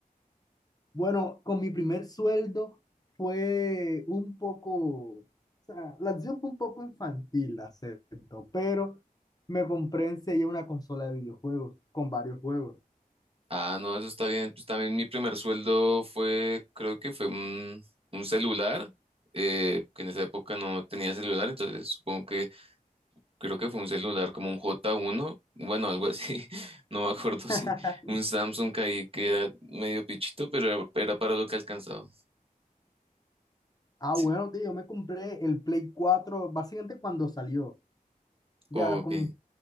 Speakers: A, on the left; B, on the right.
A: Bueno, con mi primer sueldo fue un poco, o sea, la acción fue un poco infantil, la acepto, pero me compré enseguida una consola de videojuegos con varios juegos.
B: Ah, no, eso está bien. Pues también mi primer sueldo fue, creo que fue un, un celular, eh, que en esa época no tenía celular, entonces supongo que Creo que fue un celular como un J1, bueno, algo así, <laughs> no me acuerdo
A: <laughs>
B: si un Samsung ahí que era medio pichito, pero era, era para lo que alcanzaba.
A: Ah,
B: Sí,
A: bueno, tío, yo me compré el Play cuatro básicamente cuando salió. Ya,
B: ok.
A: con,